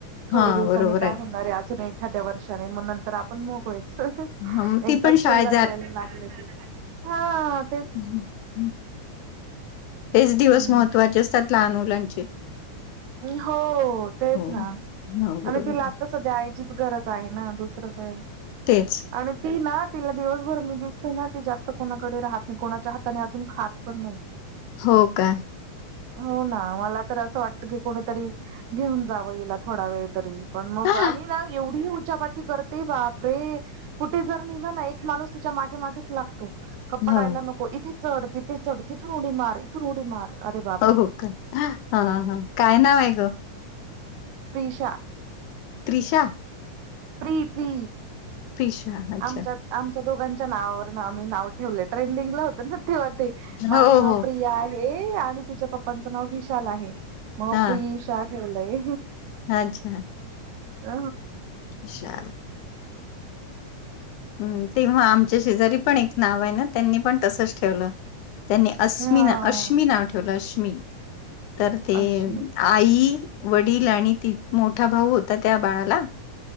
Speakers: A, on the right; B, on the left.
A: थोड्या
B: हा
A: दिवसांनी
B: बरोबर
A: काय होणार आहे अजून एखाद्या वर्षाने मग नंतर आपण मोगळे
B: हां, मग ती
A: एकदा
B: पण
A: स्कूल
B: शाळेत
A: ला जायला लागलं क हा. तेच
B: हम्. तेच दिवस
A: हम्म
B: महत्त्वाचे असतात लहान मुलांचे
A: हो तेच ना
B: हो बरोबर
A: आणि तिला आत्ता
B: आहे
A: सध्या आईचीच गरज आहे ना दुसरी? दसरं काय?
B: तेच
A: आणि ती ना तिला दिवसभर मी दिसतय ना ती जास्त कोणाकडे राहत नाही कोणाच्या हाताने अजून खात पण नाही.
B: हो का
A: हो ना मला तर असं वाटत की कोणीतरी घेऊन जावं येल थोडा वेळ तरी पण मग
B: हा
A: आणि ना एवढी उचापाती करते बाप रे कुठे जर निहिलं ना एक माणूस तिच्या मागे मागेच लागतो कपपाडायला
B: हो
A: नको इथे चढ त ते तडती ठनूडी मारारी नूडी मार अर बापरे
B: हो हा हा काय नाव आहे ग
A: प्रिषा
B: त्रिशा
A: प्रि प्रि
B: फिशा अच्छा
A: आमच्या आमच्या दोघांच्या नावावर आम्ही नाव ठेवले ट्रेंडिंगला होत ना ठेवते माझं
B: हो
A: नाव
B: हो
A: प्रिया आहे आणि तिच्या पप्पांचं नाव विशाल आहे मग
B: हा
A: प्रिशा ठेवलाय
B: अच्छा
A: अ
B: इशा हम तेव्हा आमच्या शेजारी पण एक नाव आहे ना त्यांनी पण तसच ठेवलं त्यांनी असश्म
A: हा
B: अश्मी नाव ठेवलं अश्मी तर ते
A: अश्मी
B: आई वडील आणि त मोठा भाऊ होता त्या बाळाला